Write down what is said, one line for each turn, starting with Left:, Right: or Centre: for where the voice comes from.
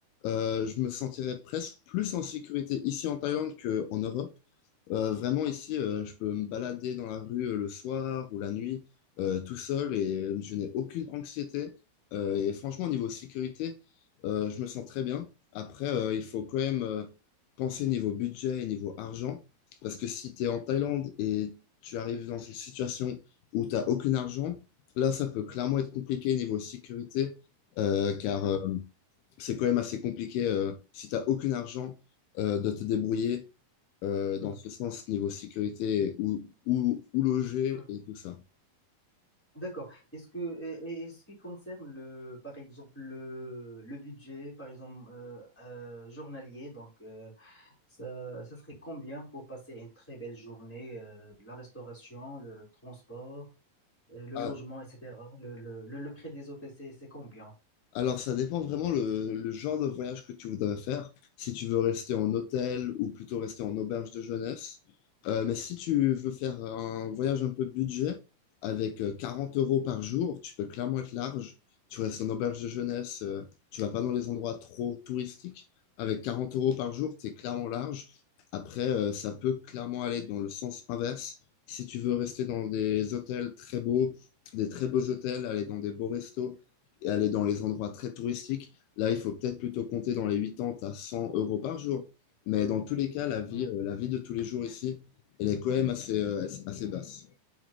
Left: Euh, je me sentirais presque plus en sécurité ici en Thaïlande qu'en Europe. Euh, vraiment, ici, euh, je peux me balader dans la rue euh, le soir ou la nuit euh, tout seul et je n'ai aucune anxiété. Euh, et franchement, au niveau sécurité, euh, je me sens très bien. Après, euh, il faut quand même euh, penser niveau budget et niveau argent. Parce que si tu es en Thaïlande et tu arrives dans une situation où tu n'as aucun argent, là, ça peut clairement être compliqué niveau sécurité, euh, car
Centre: D'ac-
Left: euh, c'est quand même assez compliqué euh, si tu n'as aucun argent euh, de te débrouiller euh, dans
Centre: Hmm.
Left: ce sens, niveau sécurité, où, où, où loger
Centre: Hmm.
Left: et tout ça.
Centre: D'accord. Est-ce que, et, et ce qui concerne le, par exemple, le, le budget, par exemple, euh, euh, journalier, donc, euh, ça, ça serait combien pour passer une très belle journée? euh, la restauration, le transport? et le
Left: Ah,
Centre: logement, etc. Le, le, le, le prix des hôtels, c'est c'est combien?
Left: Alors, ça dépend vraiment le, le genre de voyage que tu voudrais faire. Si tu veux rester en hôtel ou plutôt rester en auberge de jeunesse. Euh, mais si tu veux faire un voyage un peu budget, avec euh, 40 euros par jour, tu peux clairement être large. Tu restes en auberge de jeunesse, euh, tu vas pas dans les endroits trop touristiques. Avec 40 euros par jour, tu es clairement large. Après, euh, ça peut clairement aller dans le sens inverse. Si tu veux rester dans des hôtels très beaux, des très beaux hôtels, aller dans des beaux restos, et aller dans les endroits très touristiques. Là, il faut peut-être plutôt compter dans les 80 à 100 euros par jour. Mais dans tous les cas, la vie,
Centre: Hmm,
Left: euh, la vie de tous les jours ici, elle est quand même assez, euh, assez basse.